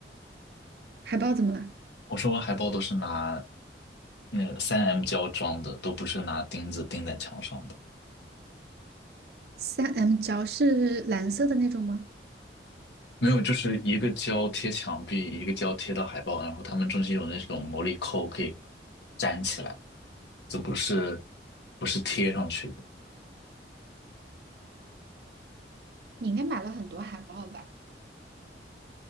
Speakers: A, on the right; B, on the left.
A: 海报怎么了
B: 我说我海报都是拿那个三 m 胶装的，都不是拿钉子钉在墙上的。
A: 三 m 胶是蓝色的那种吗？
B: 没有，就是一个胶贴墙壁，一个胶贴到海报，然后他们中间有那种魔力扣可以粘起来，这不是不是贴上去的，
A: 你应该买了很多海报吧？